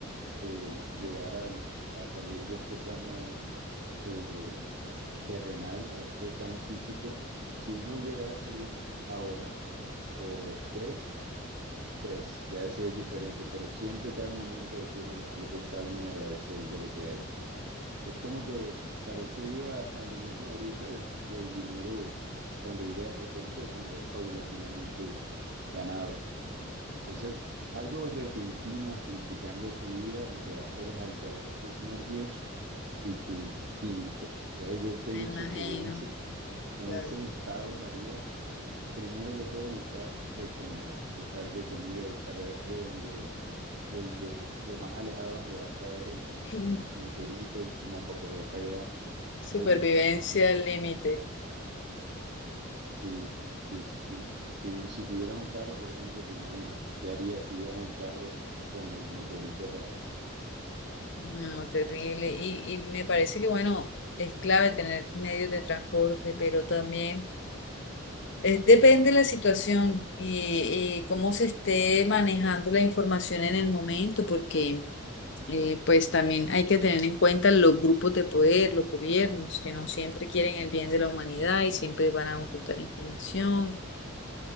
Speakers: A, on the right (about 55°); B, on the left (about 55°).
A: eh, llegar al- a salir de este plano eh, terrenal, a este plano físico, si uno llegara a salir ahora o después, pues ya eso es diferente, pero siempre cada momento hay que manejarlo con calma y agradecer de lo que hay. Es como que parecido a, a lo mismo ahorita del dinero cuando llega de repente o cuando es paulatinamente ganado. Entonces, algo repentino así que cambia tu vida, lo que va a hacer es alterar tus nervios y tus químicos. Entonces yo pienso
B: Me imagino,
A: que yo en ese en
B: claro.
A: esos estados haría, primero que todo, buscar qué comer, buscar de comida, buscar de donde, donde, lo más alejado donde va a caer el,
B: <laughs>
A: el meteorito, como para coger para allá,
B: Supervivencia
A: algo así más o menos.
B: al límite.
A: Sí, sí, sí, sí. Tú, si tuvieras un carro, por ejemplo, te imaginas, ¿qué harías si ibas en el carro con el meteorito atrás?
B: No, terrible. Y, y me parece que, bueno, es clave tener medios de transporte, pero también eh, depende de la situación y, y cómo se esté manejando la información en el momento, porque eh, pues también hay que tener en cuenta los grupos de poder, los gobiernos, que no siempre quieren el bien de la humanidad y siempre van a ocultar información.